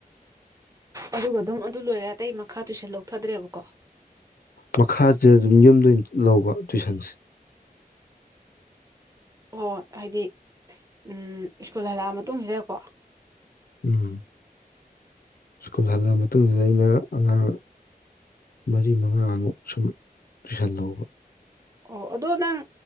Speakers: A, on the right; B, on the left.
A: ꯑꯗꯨꯒ ꯑꯗꯨꯝ ꯑꯗꯨ ꯂꯣꯏꯔꯦ ꯑꯇꯩ ꯃꯈꯥ ꯇꯨꯏꯁꯟ ꯂꯧꯊꯗ꯭ꯔꯦꯕꯀꯣ
B: ꯃꯈꯥꯁꯦ ꯑꯗꯨꯝ ꯌꯨꯝꯗꯣꯏꯅ ꯂꯧꯕ ꯇꯨꯏꯁꯟꯁꯦ
A: ꯑꯣ ꯍꯥꯏꯗꯤ ꯎꯝ ꯁ꯭ꯀꯨꯜ ꯍꯜꯂꯛꯑ ꯃꯇꯨꯡꯁꯤꯗꯀꯣ
B: ꯎꯝ ꯁ꯭ꯀꯨꯜ ꯍꯜꯂꯛꯑꯕ ꯃꯇꯨꯡꯁꯤꯗ ꯑꯩꯅ ꯑꯉꯥꯡ ꯃꯔꯤ ꯃꯉꯥꯃꯨꯛ ꯁꯨꯝ ꯇꯨꯏꯁꯟ ꯂꯧꯕ
A: ꯑꯣ ꯑꯗꯣ ꯅꯪ